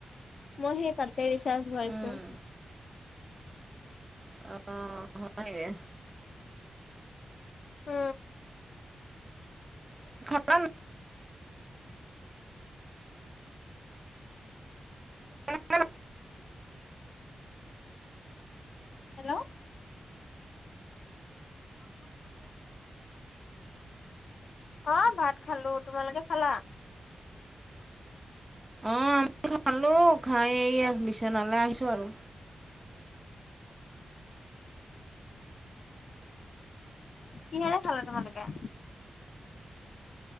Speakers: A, on the left (about 65°); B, on the right (about 20°).
A: মই সেই তাতে ৰিচাৰ্জ ভাৰাইছো।
B: উম, অ হয়ে।
A: হ।
B: ইমান। অ',
A: হেল্ল' অ ভাত খালো। তোমালোকে খালা?
B: আমি খালো খাই এয়া বিচনালে আহিছো আৰু
A: কিহেৰে খালা তোমালোকে?